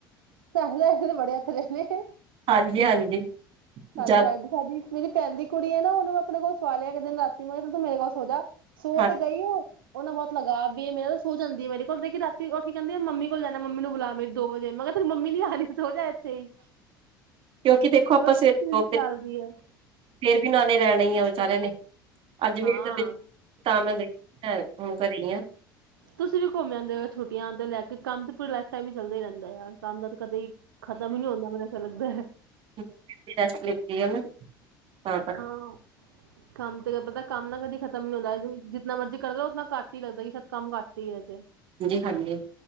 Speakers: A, on the right; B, on the right.
A: ਤੇ <unintelligible> ਨੇ ਬੜੇ ਇੱਥਰੇ <unintelligible>
B: ਹਾਂਜੀ ਹਾਂਜੀ
A: ਸਾਡੇ
B: ਜਦ
A: ਸਾਈਡ ਸਾਡੀ ਮੇਰੀ ਭੈਣ ਦੀ ਕੁੜੀ ਹੈ ਨਾ ਉਹਨੂੰ ਆਪਣੇ ਕੋਲ ਸੋ ਆਲਿਆ ਇੱਕ ਦਿਨ ਰਾਤੀ ਮੈਂ ਕਿਹਾ ਮੇਰੇ ਕੋਲ ਸੋ ਜਾਾ ਸੌ
B: ਹਾਂ
A: ਤੇ ਗਈ ਓਹ ਉਹ ਨਾ ਬਹੁਤ ਲਗਾਅ ਵੀ ਮੇਰੇ ਤਾਂ ਸੋ ਜਾਂਦੀ ਮੇਰੇ ਕੋਲ ਲੇ ਰਾਤੀ ਉਹ ਕਹਿੰਦੀ ਮੰਮੀ ਕੋਲ ਜਾਣਾ ਮ ਮੰਮੀ ਨੂੰ ਬੁਲਾ ਮੇਰੀ ਦੋ ਵਜ ਮੈਂ ਕਿਹਾ ਤੇਰੀ ਮੰਮੀ ਨੀ ਆਹੀ ਸੋ ਜਾ ਹੈ ਇੱਥੇ ਹੀ
B: ਕਿਉਂਕਿ ਦੇਖੋ ਆਪਾਂ
A: ਉਹ ਤਿੰਨ
B: ਸਵੇਰੇ
A: ਸਾਲ ਦੀ ਹੈ
B: ਫਿਰ ਵੀ ਨਾਲੇ ਰਹਿ ਜਾਣੀ ਆ ਵਿਚਾਰਿਆਂ ਨੇ ਅੱਜ <unintelligible>
A: ਹਾਂ
B: ਤਾਂ ਮੈਂ ਹੁਣ ਘਰੇ ਆ।
A: ਤੁਸੀਂ ਵੀ ਘੁੰਮ ਜਾਂਦੇ ਹੋ ਛੁਟੀਆਂ ਤੇ ਲੈ ਕੇ ਕੰਮ ਤਾਂ ਪੂਰਾ ਟਾਈਮ ਹੀ ਚੱਲਦਾ ਹੀ ਰਹਿੰਦਾ ਆ ਕੰਮ ਦਾ ਤਾਂ ਕਦੇ ਖਤਮ ਹੀ ਨਹੀ ਹੁੰਦਾ ਚਲਦਾ
B: ਲ ਮੈਂ <unintelligible> ਤਾਂ ਕਰਕੇ
A: ਹਾਂ ਕੰਮ ਤੇ ਪਤਾ ਕੰਮ ਨਾ ਕਦੀ ਖਤਮ ਨੀ ਹੁੰਦਾ ਜਿਨਾ ਮਰਜ਼ੀ ਕਰਦਾ ਉਤਨਾ ਘੱਟ ਹੀ ਲੱਗਦਾ ਕਿ ਸ਼ਾਇਦ ਕੰਮ ਘੱਟ ਹੀ ਹੈਜੇ
B: ਹਾਂਜੀ ਹਾਂਜੀ